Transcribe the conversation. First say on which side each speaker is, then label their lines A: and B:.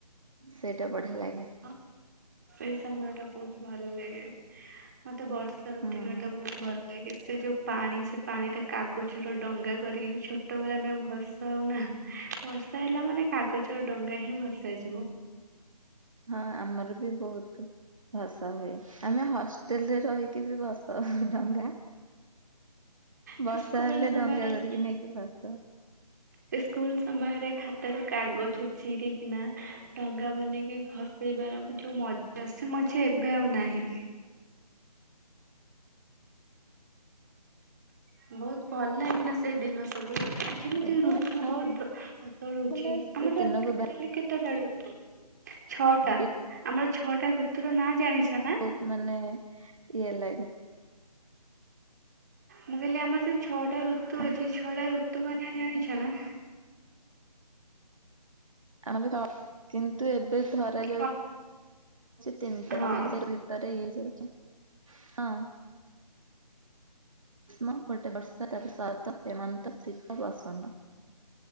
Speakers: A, on the right; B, on the right.
A: ସେଇଟା ବଢିଆ ଲାଗେ।
B: ହଁ ସେଇ ସମୟ ଟା ବହୁତ ଭଲ ଲାଗେ ମତେ ବର୍ଷାର
A: ହୁଁ।
B: ଦିନ ଟା ବହୁତ ଭଲ ଯୋଉଟା କି ସେ ଯୋଉ ପାଣି ସେ ପାଣିରେ କାଗଜର ଡଙ୍ଗା କରିକି ଯୋଉ ଛୋଟବେଳେ ଆମେ ଭସାଉନା। ବର୍ଷା ହେଲା ମାନେ କାଗଜର ଡଙ୍ଗା ହିଁ ଭସା ଯିବ।
A: ହଁ ଆମର ବି ବହୁତ। ଭସା ହୁଏ ଆମେ ହଷ୍ଟେଲରେ ରହିକି ବି ଭସାଉ ଡଙ୍ଗା।
B: ସେ
A: ବର୍ଷା
B: ସ୍କୁଲ
A: ହେଲେ
B: ସମୟରେ
A: ଡଙ୍ଗା କରିକି ନେଇକି ଭସଉ।
B: ସେ ସ୍କୁଲ ସମୟରେ ଖାତାରୁ କାଗଜ ଚିରିିକିନା ଡଙ୍ଗା ବନେଇ କି ଭସେଇବାର ବି ଯୋଉ ମଜା ସେ ମଜା ଏବେ ଆଉ ନାହିଁ। ବହୁତ ଭଲ ଲାଗେନା ସେଇ ଦିନ ସବୁ। ଯେମିତି
A: ଏବେ
B: ଋତୁ
A: ଆଉ
B: ବଦ ବଦଳୁଛି
A: ମାନେ ସେ
B: ଆମର
A: ଦିନକୁ
B: ଟୋଟାଲି କେତେଟା ଋତୁ? ଛଅଟା
A: ଭାବିଲେ
B: ଆମର ଛଅଟା ଋତୁ ର ନା ଜାଣିଛ ନା?
A: ବହୁତ ମାନେ ଇଏ ଲାଗେ।
B: ମୁଁ କହିଲି ଆମର ସେ ଛଅଟା ଋତୁ
A: ହଁ
B: ଅଛି ଛଅଟା ଋତୁଙ୍କ ନାଁ ଜାଣିଛ ନା?
A: ଆମ ତ କିନ୍ତୁ ଏବେ ଧରା ଯାଉ
B: କ
A: ତିନିଟା
B: ହଁ
A: ତିନି ଭିତରେ ହେଇଯାଉଛି ହଁ। ମୋ ପଟେ ବର୍ଷ ତାପରେ ଶରତ ହେମନ୍ତ ଶୀତ ବସନ୍ତ